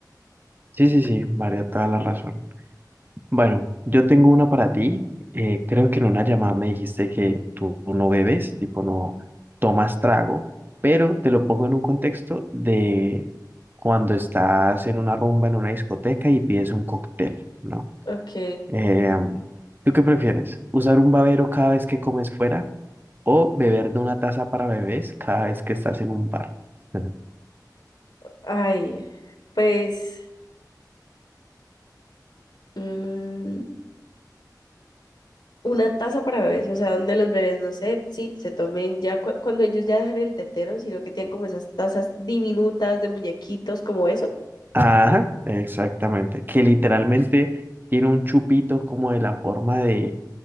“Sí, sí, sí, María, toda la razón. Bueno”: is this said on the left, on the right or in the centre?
Right